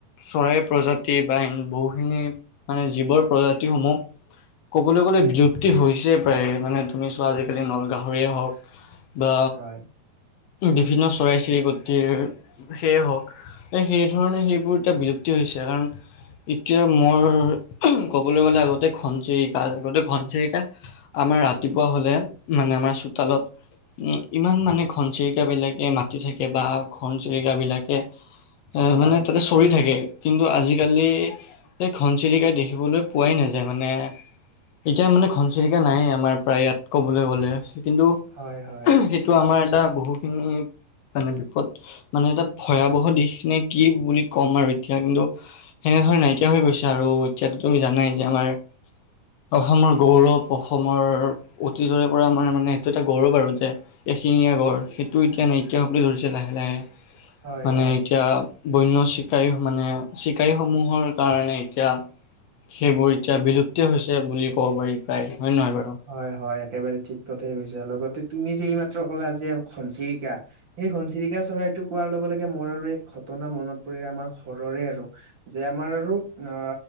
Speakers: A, on the left; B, on the right.
A: চৰাইৰ প্ৰজাতি বা এনে বহুখিনি মানে জীৱৰ প্ৰজাতি সমূহ। ক'বলৈ গ'লে বিলুপ্তি হৈছেই প্ৰায় মানে তুমি চোৱা আজিকালি নল গাহৰিয়ে হওক। বা
B: হয়
A: বিভিন্ন চৰাই-চিৰিকটিৰ সেয়ে হওক সেই ধৰণে সেইবোৰ এতিয়া বিলুপ্তি হৈছে কাৰণ- এতিয়া মোৰ ক'বলৈ গ'লে আগতে ঘনচিৰিকা আগতে ঘনচিৰিকা- আমাৰ ৰাতিপুৱা হলে মানে আমাৰ চোতালত উম ইমান মানে ঘ ঘনচিৰিকা বিলাকে মাতি থাকে বা ঘনচিৰিকা বিলাকে হে এ
B: হয়
A: এ এ মানে তাতে চ পৰি থাকে কিন্তু আজিকালি সে ঘনচিৰিকাই দেখিবলৈ পোৱাই নাযায় মানে এতিয়া মানে ঘনচিৰিকা নাই আমাৰ প্ৰায় ইয়াত কবলৈ গলে কিন্তু উহো
B: হয় হয়
A: হে টো আমাৰ এটা বহুখিনি মানে বিপদ মানে এটা ভয়াৱহ দিশখিনি কি বুলি ক'ম আৰু এতিয়া কিন্তু সেনেধৰণে নাইকিয়া হৈ গৈছে আৰু এতিয়াতো তুমি জানাই যে আমাৰ অসমৰ গৌৰৱ, অসমৰ অতীতৰে পৰা আমাৰ মানে এইটো এটা গৌৰৱ আৰু যে। এশিঙীয়া গড় সেইটো এতিয়া নাইকিয়া হ'বলৈ ধৰিছে লাহে লাহে
B: হয়
A: মানে
B: হয়
A: এতিয়া বন্য চিকাৰী মানে চিকাৰী সমূহৰ কাৰণে এতিয়া- সেইবোৰ এতিয়া বিলুপ্তি হৈছে বুলি ক'ব পাৰি প্ৰায় হয় নে নহয় বাৰু।
B: হয় হয় একেবাৰে ঠিক কথা কৈছা আৰু লগতে তুমি যে এই মাত্ৰ ক'লা আজি ঘনচিৰিকা- সেই ঘনচিৰিকা চৰাইটোক কোৱাৰ লগে লগে মোৰ আৰু এক ঘটনা মনত- আমাৰ ঘৰৰে আৰু যে আমাৰ আৰু অ